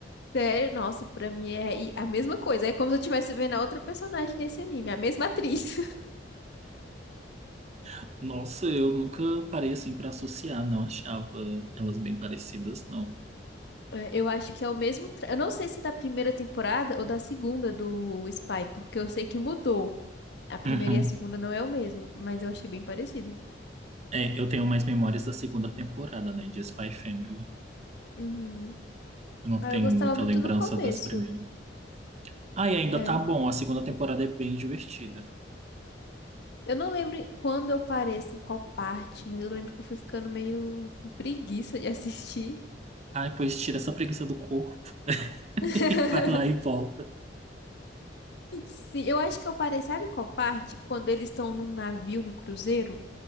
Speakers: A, on the left; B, on the right.
A: Sério, nossa, pra mim é i- a mesma coisa. É como se eu estivesse vendo a outra personagem nesse anime, a mesma atriz. <laughs>
B: <laughs> Nossa, eu nunca parei assim pra associar, não achava elas bem parecidas, não.
A: É, Eu acho que é o mesmo. tra- Eu não sei se é da primeira temporada ou da segunda do Spy, porque eu sei que mudou. A primeira
B: Uhum.
A: e a segunda não é o mesmo, mas eu achei bem parecido.
B: É, eu tenho mais memórias da segunda temporada, né, de Spy Family.
A: Uhum.
B: Eu não
A: Ah,
B: tenho
A: Eu gostava
B: muita
A: muito
B: lembrança
A: no começo.
B: das primeiras. Ai, ainda
A: É.
B: tá bom, a segunda temporada é bem divertida.
A: Eu não lembro em- quando eu parei, assim, qual parte, mas eu lembro que eu fui ficando meio com preguiça de assistir.
B: Ai, pois tira essa preguiça do corpo <laughs>
A: <laughs>
B: e vai lá e volta.
A: Sim, eu acho que eu parei, sabe qual parte? Quando eles estão num navio, no cruzeiro,